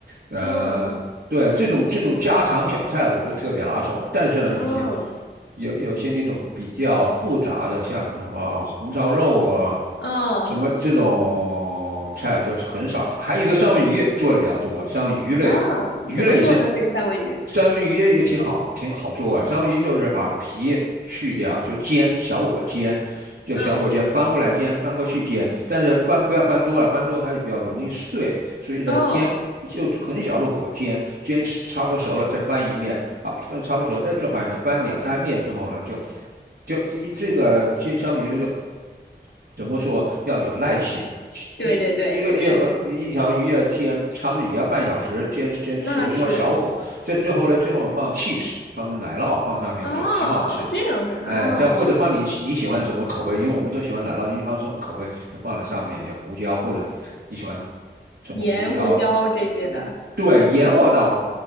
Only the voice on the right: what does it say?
呃，
对，这种这种家常小菜我就特别拿手，但是呢，以些
有有些那种比较复杂的，像什么红烧肉啊，
什么这种菜就是很少，还有一个三文鱼做的比较多，三文鱼类，
鱼类也是，
三文鱼也挺好，挺好做啊。三文鱼就是把皮去掉，就煎，小火煎，就小火煎，
翻过来煎，翻过去煎，但是翻不要翻多了，翻多了它就比较容易碎，所以呢煎就很小的火煎，
煎差不多熟了再翻一面，好，翻差不多熟了再做翻一面，翻两三面之后呢，就就一这个煎香鱼呢就怎么说要有耐心。
一一个月和一条鱼要煎，
差不多也要半小时煎煎熟，
因为小火。这最后呢，最后放 cheese，放奶酪放上面就挺好吃。
哎，再或者放你你喜欢什么口味，因为我们都喜欢奶酪，因为放什么口味就放在上面，像胡椒或者你喜欢什么胡椒，
一一对盐我倒